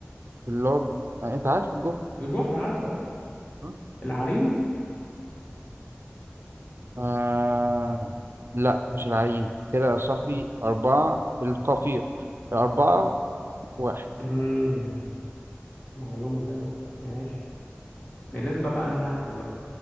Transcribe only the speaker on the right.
اللي هو آه، انت عارف الجحر
آه.
آه... لا مش العرين كده يا صاحبي أربعة القفير أربعة واحد